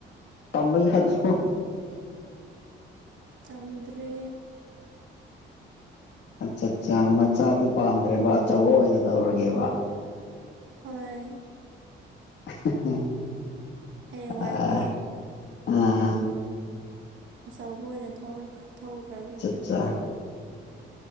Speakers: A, on the left; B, on the right.
A: ꯇꯝꯕ ꯌꯥꯗ꯭ꯔꯣ
B: ꯇꯝꯗ꯭ꯔꯦ
A: ꯑꯆꯠꯆꯥ ꯃꯆꯥꯗꯤ ꯄꯥꯝꯗ꯭ꯔꯦꯕ ꯑꯆꯧꯕ ꯑꯣꯏꯅ ꯇꯧꯔꯒꯦꯕ
B: ꯍꯣꯏ
A: <unintelligible>
B: ꯍꯌꯦꯡꯋꯥꯏꯀꯣ
A: ꯑꯥ ꯑꯥ
B: ꯑꯆꯧꯕ ꯑꯣꯏꯅ ꯊꯧꯔꯣ ꯊꯧꯈ꯭ꯔꯒꯦ
A: ꯆꯥ